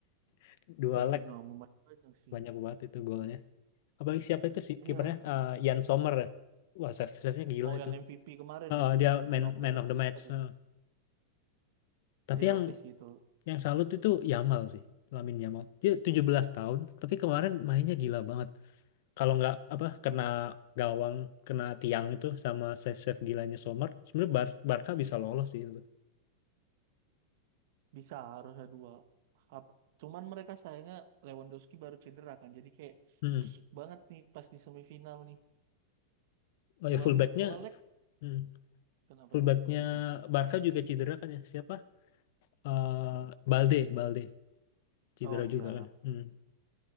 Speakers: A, on the left; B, on the right.
A: <laughs> dua
B: tujuh
A: leg
B: 0 lumayan banyak sih
A: banyak banget itu golnya apalagi siapa itu sih
B: iya
A: kipernya Eh, Jan Sommer ya wah save save-nya gila
B: oh
A: itu
B: yang MVP kemarin
A: Eh,
B: ya
A: dia man
B: man of the
A: man
B: match
A: of the match
B: tadi
A: Eh, tapi
B: iya
A: yang
B: oke sih itu
A: yang salut itu Yamal sih Lamin Yamal dia 17 tahun tapi kemarin mainnya gila banget kalau nggak apa kena gawang kena tiang itu sama save save gilanya Sommer sebenarnya Bar- Barca bisa lolos sih itu
B: Bisa harusnya dua. Hap- Cuman mereka sayangnya Lewandowski baru cedera kan. Jadi kayak
A: hmm.
B: busuk banget nih pas di semifinal nih.
A: oh
B: Dua
A: ya fullbacknya
B: me dua leg.
A: hmm.
B: Kenapa
A: Fullbacknya
B: nih Mas fullbacknya?
A: Barca juga cedera kan ya? Siapa? Eh Balde, Balde cedera
B: Oh iya.
A: juga kan? Hmm.